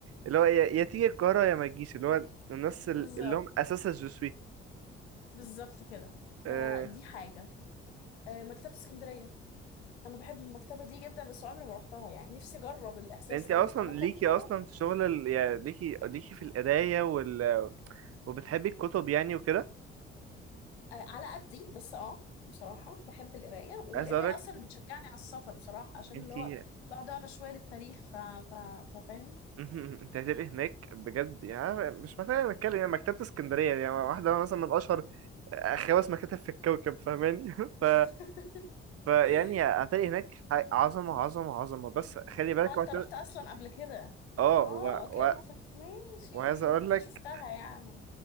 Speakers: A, on the right; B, on the left.
A: اللي هو يا يا تيجي القاهرة يا ما تجيش اللي هو الناس
B: بالظبط
A: ال- اللي هم اساس الجسوي
B: بالظبط كده فدي
A: آه
B: حاجه آه، مكتبه اسكندريه انا بحب المكتبه دي جدا بس عمري ما رحتها يعني نفسي اجرب الاحساس
A: انت
B: بتاع
A: اصلا
B: المكتبه انت
A: ليكي
B: رحتها
A: اصلا في شغل ال... يعني ليكي ليكي في القراية وال... وبتحبي الكتب يعني وكده
B: آه، على قدي بس اه بصراحه بحب القرايه والقرايه
A: عايز اقولك
B: اصلا اللي بتشجعني على السفر بصراحه عشان
A: انت
B: اللي هو
A: <laughs>
B: بقعد اقرا شويه للتاريخ ف... ف... ففاهم
A: مهم. انت هتبقي هناك بجد يعني عارفة- مش محتاجة نتكلم يعني مكتبة اسكندرية يعني واحدة مثلا من اشهر آه، خمس مكاتب في الكوكب فاهماني <laughs> ف
B: <laughs>
A: فيعني هتلاقي هناك ح- عظمة عظمة عظمة بس خلي بالك
B: اه انت
A: وقت
B: رحت اصلا قبل كده
A: اه
B: اه
A: و...
B: اوكي
A: و...
B: انا فك... ماشي
A: وعايز اقول
B: ده انت
A: لك
B: شفتها يعني